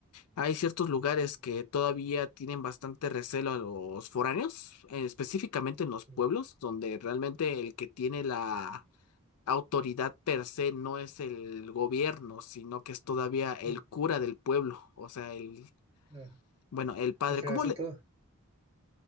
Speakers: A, on the left; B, on the right.
A: hay ciertos lugares que todavía tienen bastante recelo a los foráneos, eh, específicamente en los
B: sí,
A: pueblos, donde realmente el que tiene la autoridad per se no es el gobierno, sino que es todavía el
B: sí.
A: cura del pueblo, o sea, el
B: Ah,
A: bueno, el padre,
B: o sea,
A: ¿cómo
B: eso
A: le...
B: todo.